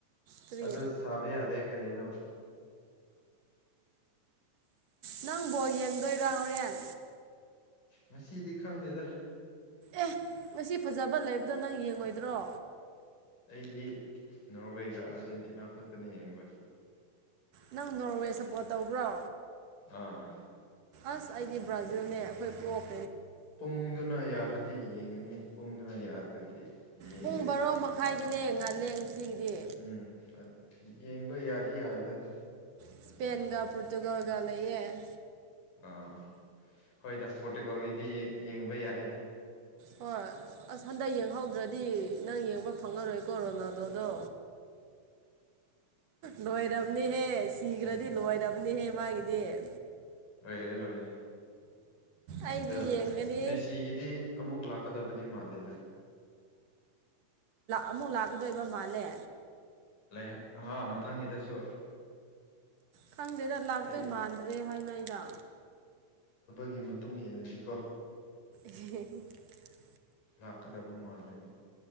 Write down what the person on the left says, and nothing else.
ꯑꯗꯨ ꯁꯥꯕ ꯌꯥꯗꯦ ꯀꯔꯤꯅꯣ <unintelligible>
ꯉꯁꯤꯗꯤ ꯈꯪꯗꯦꯗ
ꯑꯩꯗꯤ ꯅꯣꯔꯋꯦꯒ ꯑꯥꯔꯖꯦꯟꯇꯤꯅꯥ ꯈꯛꯇꯅ ꯌꯦꯡꯕ
ꯑꯥ
ꯄꯨꯡꯗꯨꯅ ꯌꯥꯔꯗꯤ ꯌꯦꯡꯉꯅꯤ ꯄꯨꯡꯗꯨꯅ ꯌꯥꯗꯗꯤ ꯌꯦꯡꯗꯦ
ꯎꯝ ꯌꯦꯡꯕ ꯌꯥꯗꯤ ꯌꯥꯗꯗ
ꯑꯥ ꯑꯥ ꯍꯣꯏꯗ ꯄꯣꯔꯇꯨꯀꯜꯒꯤꯗꯤ ꯌꯦꯡꯕ ꯌꯥꯏꯗ
ꯎꯝ
ꯂꯣꯏꯔꯦ ꯂꯣꯏꯔꯦ
ꯑꯗ
ꯃꯦꯁꯤꯒꯤꯗꯤ ꯑꯃꯨꯛ ꯂꯥꯛ ꯀꯗꯕꯗꯤ ꯃꯂꯦꯗ
ꯂꯩ ꯍꯥ ꯃꯊꯪꯒꯤꯗꯁꯨ
ꯑꯩ
ꯒꯤ ꯃꯇꯨꯡ ꯏꯟꯅꯗꯤꯀꯣ
ꯂꯥꯛꯀꯗꯕ ꯃꯥꯜꯂꯦꯕ